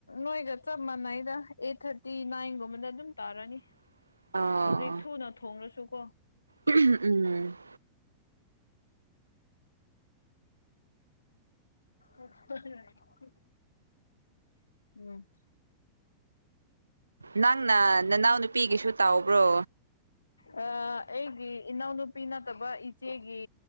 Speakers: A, on the left; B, on the right.
A: ꯅꯣꯏꯒ ꯆꯞ ꯃꯥꯟꯅꯩꯗ ꯑꯦꯠ ꯊꯥꯔꯇꯤ ꯅꯥꯏꯟꯒꯨꯝꯕꯗ ꯑꯗꯨꯝ ꯇꯥꯔꯅꯤ
B: <inaudible> ꯑꯣ
A: ꯍꯧꯖꯤꯛ ꯊꯨꯅ ꯊꯣꯡꯂꯁꯨ ꯀꯣ
B: ꯎꯝ
A: ꯎ <unintelligible> ꯎꯝ <unintelligible>
B: ꯅꯪꯅ ꯅꯅꯥꯎ ꯅꯨꯄꯤꯒꯤꯁꯨ ꯇꯧꯕ꯭ꯔꯣ
A: ꯎꯝ ꯑꯩꯒꯤ ꯏꯅꯥꯎꯅꯨꯄꯤ ꯅꯠꯇꯕ ꯏꯆꯦꯒꯤ